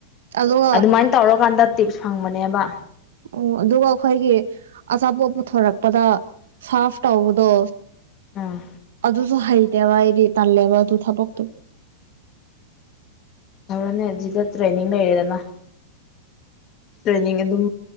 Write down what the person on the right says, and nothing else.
ꯑꯗꯨꯒ
ꯑꯣ ꯑꯗꯨꯒ ꯑꯩꯈꯣꯏꯒꯤ ꯑꯆꯥꯄꯣꯠ ꯄꯨꯊꯣꯔꯛꯄꯗ ꯁꯥꯔꯐ ꯇꯧꯕꯗꯣ
ꯑꯗꯨꯁꯨ ꯍꯩꯇꯦꯕꯥ ꯑꯩꯗꯤ ꯇꯥꯂꯦꯕ ꯑꯗꯨ ꯊꯕꯛꯇꯨ